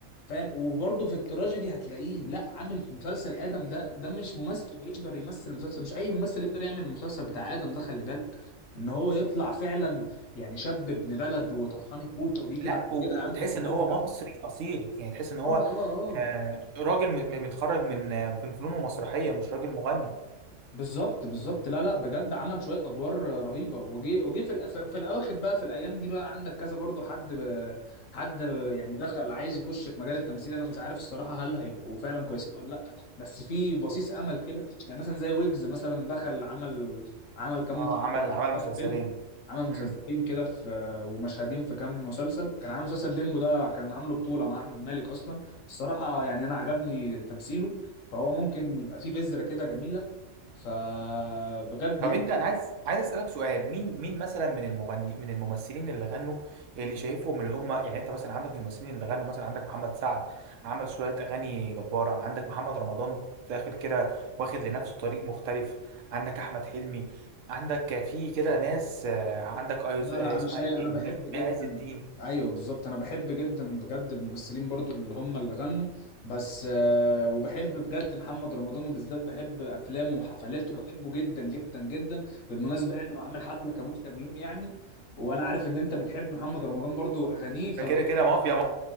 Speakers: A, on the left (about 80°); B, on the right (about 75°).
A: فاهم وبرضه في التراجيدي هتلاقيه لا عامل في مسلسل ادم ده ده مش ممثل يقدر يمثل المسلسل مش اي ممثل يقدر يعمل المسلسل بتاع ادم ده خلي بالك ان هو يطلع فعلا يعني شاب ابن بلد وطفحان الكوته ويجي
B: لا
A: بعد
B: و-
A: كده
B: و-
A: امن
B: وتحس
A: الدوله
B: ان هو مصري اصيل يعني تحس ان هو
A: اه اه اه
B: آه راجل م- م- متخرج من آه، من فنون ومسرحية مش راجل مغني
A: بالظبط بالظبط لا لا بجد عمل شويه ادوار رهيبه وجي وجي في الأف... في الاواخر بقى في الايام دي بقى عندك كذا برضو حد ب... حد يعني دخل عايز يخش في مجال التمثيل انا مش عارف الصراحه هل هيبقوا فعلا كويسين ولا لا بس في بصيص امل كده يعني مثلا زي ويجز مثلا دخل عمل عمل كام
B: اه
A: مشهد
B: عمل
A: كده،
B: عمل
A: كام
B: مسلسلين
A: فيلم عمل
B: امم
A: مسلسلين كده في ومشهدين في كام مسلسل كان عامل مسلسل بيمبو ده كان عامله بطوله مع احمد مالك اصلا الصراحه يعني انا عجبني تمثيله فهو ممكن يبقى فيه بذره كده جميله فبجد
B: طب
A: يعني
B: انت انا عايز عايز اسالك سؤال مين مين مثلا من المغني من الممثلين اللي غنوا اللي شايفهم اللي هم يعني انت مثلا عندك ممثلين اللي غنوا مثلا عندك محمد سعد عمل شويه اغاني جباره عندك محمد رمضان داخل كده واخد لنفسه طريق مختلف عندك احمد حلمي عندك في كده ناس آه، عندك ايز
A: لا
B: آه،
A: لا انا
B: اسمها
A: شايف
B: ايه
A: انا بحب
B: م-
A: جدا
B: عز الدين
A: ايوه بالظبط انا بحب جدا بجد الممثلين برضو اللي هم اللي غنوا بس آه، وبحب بجد محمد رمضان وبالذات بحب افلامه وحفلاته بحبه جدا جدا جدا بالمناسبه يعني وعامل حفله كمان كام يوم يعني وانا عارف ان انت بتحب محمد رمضان برضو واغانيه فلو
B: ده كده كده
A: كده
B: مافيا مافيا.